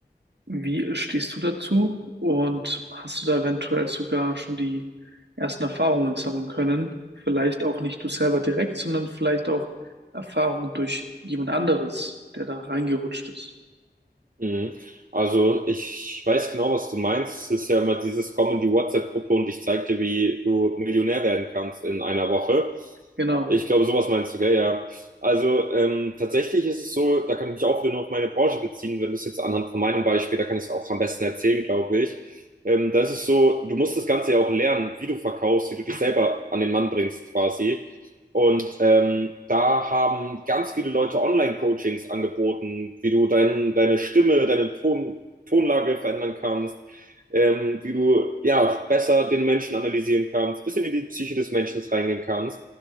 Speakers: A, on the right (about 75°); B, on the right (about 50°).
A: Wie stehst du dazu? Und hast du da eventuell sogar schon die ersten Erfahrungen sammeln können? Vielleicht auch nicht du selber direkt, sondern vielleicht auch Erfahrungen durch jemand anderes, der da reingerutscht ist. <laughs>
B: Mhm. Also ich weiß genau, was du meinst. Es ist ja immer dieses Komm in die WhatsApp-Gruppe und ich zeig dir, wie du Millionär werden kannst in einer Woche.
A: Genau.
B: Ich glaube, sowas meinst du, gell? Ja. Also ähm, tatsächlich ist es so, da kann ich mich auch wieder nur auf meine Branche beziehen, wenn du es jetzt anhand von meinem Beispiel, da kann ich es auch am besten erzählen, glaube ich. Ähm, das ist so, du musst das Ganze ja auch lernen, wie du verkaufst, wie du dich selber an den Mann bringst quasi. Und ähm, da haben ganz viele Leute Online-Coachings angeboten, wie du dein, deine Stimme, deine Ton, Tonlage verändern kannst, ähm, wie du ja besser den Menschen analysieren kannst, bisschen in die Psyche des Menschen reingehen kannst.